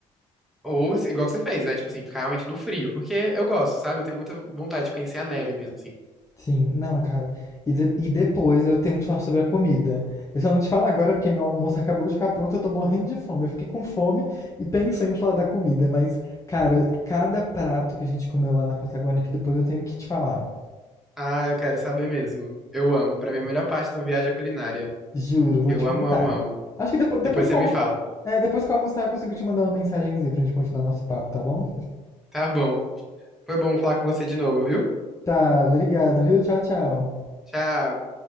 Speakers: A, in the centre; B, on the left.
A: ou se- igual você fez, né? Tipo assim, ficar realmente no frio. Porque eu gosto, sabe? Eu tenho muita vontade de conhecer a neve mesmo, assim.
B: Sim, não, cara. E, de- e depois eu tenho um que te falar sobre a comida. Eu só não te falo agora porque meu almoço acabou de ficar pronto, eu tô morrendo de fome. Eu fiquei com fome e pensei em falar da comida, mas, cara, cada prato que a gente comeu lá na Patagônia, que depois eu tenho que te falar.
A: Ah, eu quero saber mesmo. Eu amo. Pra mim, é a melhor parte da viagem é a culinária.
B: Juro, vou
A: Eu
B: te contar.
A: amo, amo, amo.
B: Acho que depois, depois
A: Depois você
B: que eu
A: me
B: almoçar,
A: fala.
B: é, depois que eu almoçar, eu consigo te mandar uma mensagenzinha pra gente continuar nosso papo, tá bom?
A: Tá bom. Foi bom falar com você de novo, viu?
B: Tá, obrigado, viu? Tchau, tchau.
A: Tchau.